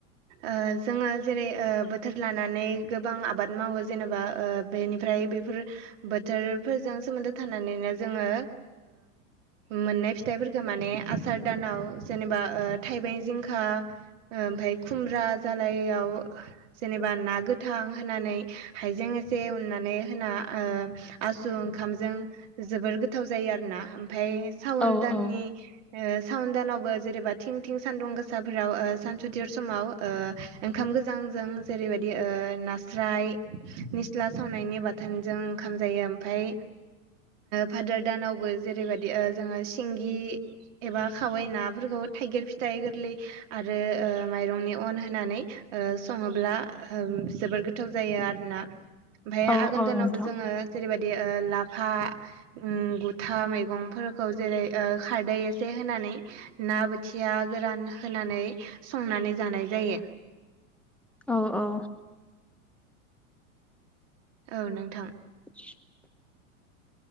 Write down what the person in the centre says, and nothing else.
औ
औ
औ
औ
नोंथां
औ औ।
<inaudible>